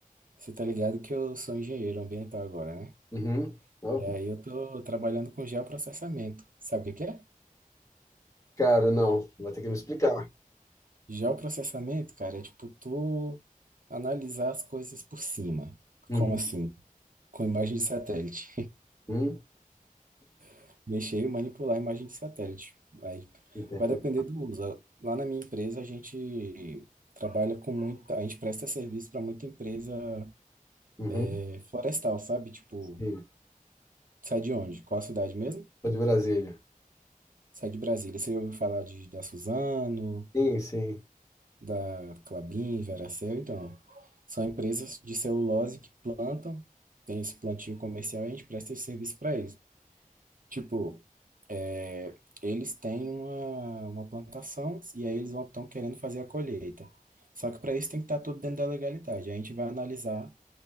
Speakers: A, on the right (about 65°); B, on the left (about 20°).
A: Você tá ligado que eu sou engenheiro ambiental agora, né?
B: Uhum. Oh,
A: E aí eu tô trabalhando com geoprocessamento. Sabe o que que é?
B: cara, não. Vai ter que me explicar.
A: Geoprocessamento, cara, é tipo tu analisar as coisas por cima.
B: Uhum.
A: Como assim? Com imagem de satélite.
B: Uhum.
A: <laughs> Mexer e manipular a imagem de satélite. Aí
B: Interpre-
A: vai depender do uso. Lá na minha empresa, a gente trabalha com muita. A gente presta serviço para muita empresa
B: Uhum.
A: É Florestal, sabe? Tipo,
B: Sim.
A: sai de onde? Qual a cidade mesmo?
B: Sou de Brasília.
A: Sai de Brasília. Você ouviu falar de, da Suzano,
B: Sim, sim.
A: da Klabin, Veracel? Então, são empresas de celulose que plantam, tem esse plantio comercial e a gente presta esse serviço para eles. Tipo, é, eles têm uma, uma plantação e aí eles estão querendo fazer a colheita. Só que para isso tem que estar tudo dentro da legalidade. A gente vai analisar